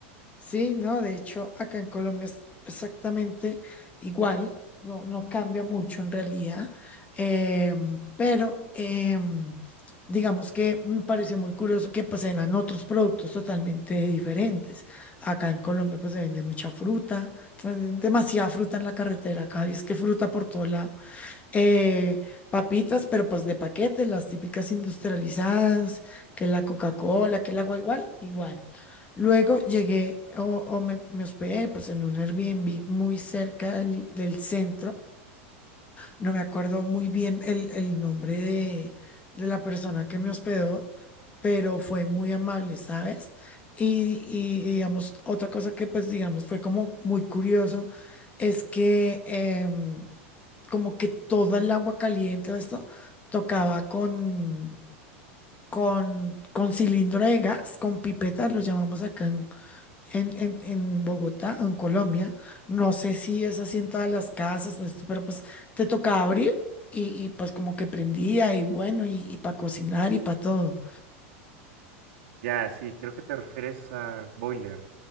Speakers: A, on the left; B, on the right.
A: Sí, no, de hecho, acá en Colombia es exactamente igual, no, no cambia mucho en realidad, em, pero em, digamos que me pareció muy curioso que pues eran otros productos totalmente diferentes. Acá en Colombia pues se vende mucha fruta, venden demasiada fruta en la carretera acá, y es que fruta por todos lados. eh, papitas, pero pues de paquete, las típicas industrializadas, que la Coca-Cola, que el agua igual, igual. Luego llegué o, o me, me hospedé pues en un Airbnb muy cerca del, del centro. No me acuerdo muy bien el, el nombre de, de la persona que me hospedó, pero fue muy amable, ¿sabes? Y, y digamos, otra cosa que pues digamos fue como muy curioso es que... em, como que toda el agua caliente o esto tocaba con, con, con cilindro de gas, con pipetas, lo llamamos acá en, en, en- en Bogotá, en Colombia. No sé si es así en todas las casas o esto, pero pues te tocaba abrir y, y, pues como que prendía y bueno, y, para cocinar y para todo.
B: Ya, sí, creo que te refieres a Boiler.